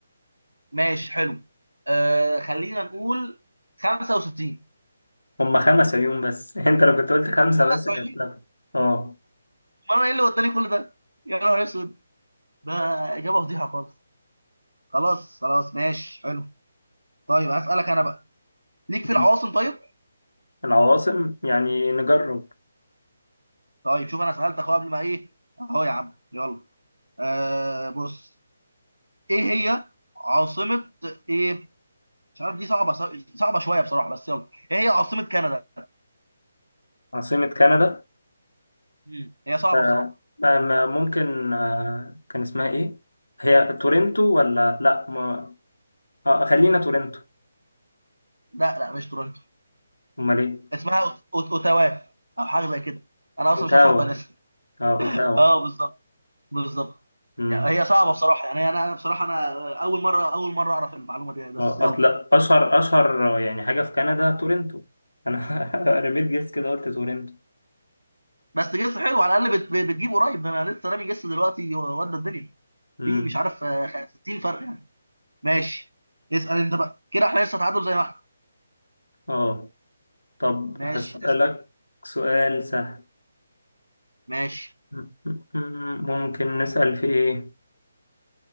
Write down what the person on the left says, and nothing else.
هم خمس عيون بس <laughs> انت لو كنت قلت خمسه
بس كانت لا اه
مم.
العواصم يعني نجرب
عاصمه كندا
آه،
ما- ما- ممكن آه، كان اسمها ايه هي تورنتو ولا لا ما آه، خلينا تورنتو
امال ايه
اوتاوا
اه اوتاوا
مم.
آه،
اصل اشهر اشهر يعني حاجه في كندا تورنتو انا <laughs> رميت جيس كده قلت تورنتو
امم
اه طب
هسألك
سؤال سهل
<laughs> م- م- م- ممكن نسأل في ايه